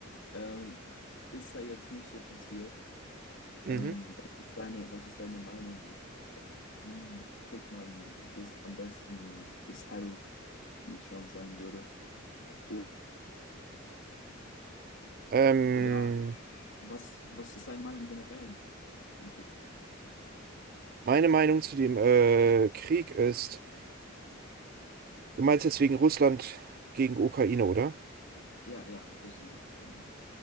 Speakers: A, on the left; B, on the right.
A: Ähm, ist da jetzt nicht so passiert?
B: Mhm.
A: Ähm, was ist deine, was ist deine Meinung? Äh, wie kriegt man das am besten gesettelt, wie Trump sagen würde? O-
B: Ähm,
A: Oder was, was ist deine Meinung im Generellen? Im Krieg.
B: meine Meinung zu dem äh, Krieg ist, du meinst jetzt wegen Russland gegen Ukraine, oder?
A: Ja, ja, Russland, Ukraine.